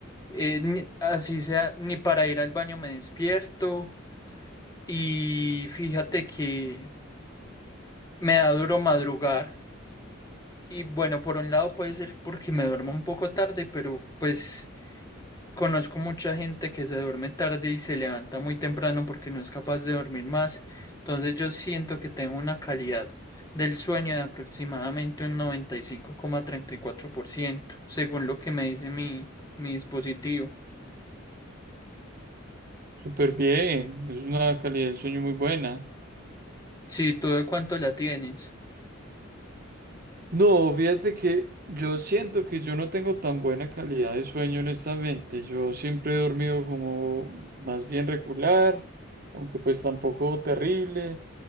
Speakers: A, on the left (about 20°); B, on the right (about 45°).
A: eh, ni- así sea, ni para ir al baño me despierto y fíjate que me da duro madrugar y bueno, por un lado puede ser porque me duermo un poco tarde, pero pues... Conozco mucha gente que se duerme tarde y se levanta muy temprano porque no es capaz de dormir más. Entonces yo siento que tengo una calidad del sueño de aproximadamente un 95,34%, según lo que me dice mi, mi dispositivo.
B: Súper bien, es una calidad del sueño muy buena.
A: Si tú de cuánto la tienes,
B: No, fíjate que yo siento que yo no tengo tan buena calidad de sueño, honestamente. Yo siempre he dormido como más bien regular, aunque pues tampoco terrible.